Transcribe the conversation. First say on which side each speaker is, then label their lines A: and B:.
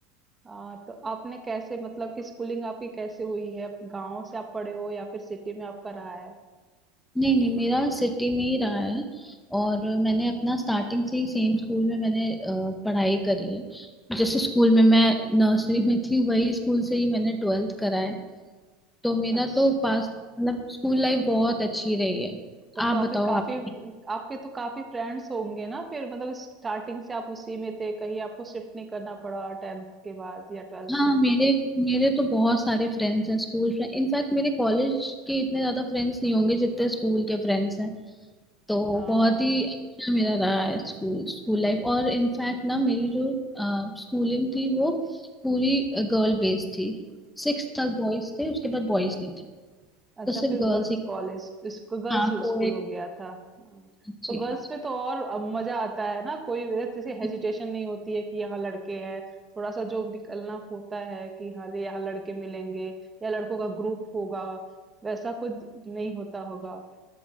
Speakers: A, on the right; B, in the centre.
A: हाँ तो आपने कैसे मतलब कि स्कूलिंग आपकी कैसे हुई है गांव से आप पढ़े हो या फिर सिटी में आपका रहा है
B: नहीं नहीं मेरा सिटी में ही रहा है और मैंने अपना स्टार्टिंग से ही सेम स्कूल में मैंने अ, पढ़ाई करी है जैसे स्कूल में मैं नर्सरी में थी वही स्कूल से ही मैंने ट्वेल्थ करा है तो मेरा
A: अच्छा
B: तो पास मतलब स्कूल लाइफ बहुत अच्छी रही है
A: तब
B: आप
A: तो आपके
B: बताओ
A: काफी
B: आप
A: आपके तो काफी फ्रेंड्स होंगे ना फिर मतलब स्टार्टिंग से आप उसी में थे कहीं आपको शिफ्ट नहीं करना पड़ा टेंथ के बाद या ट्वेल्थ
B: हाँ
A: के
B: मेरे मेरे तो बहुत सारे फ्रेंड्स हैं स्कूल फ्रेंड इनफैक्ट मेरे कॉलेज के इतने ज्यादा फ्रेंड्स नहीं होंगे जितने स्कूल के फ्रेंड्स हैं तो
A: हाँ
B: बहुत ही अच्छा मेरा रहा है स्कूल स्कूल लाइफ और इनफैक्ट ना मेरी जो स्कूलिंग थी वो पूरी गर्ल बेस्ड थी सिक्स तक बॉयज थे उसके बाद बॉयज नहीं थे
A: अच्छा
B: तो सिर्फ
A: फिर
B: गर्ल्स
A: गर्ल्स
B: ही
A: कॉलेज इसको गर्ल्स
B: हाँ कोएड
A: स्कूल हो गया था हाँ,
B: जी
A: तो गर्ल्स
B: हाँ
A: में तो और अब मजा आता है ना कोई जैसे
B: जी।
A: हेजिटेशन नहीं होती है कि यहाँ लड़के हैं थोड़ा सा जो निकलना होता है कि हाँ ये यहाँ लड़के मिलेंगे या लड़कों का ग्रुप होगा वैसा कुछ नहीं होता होगा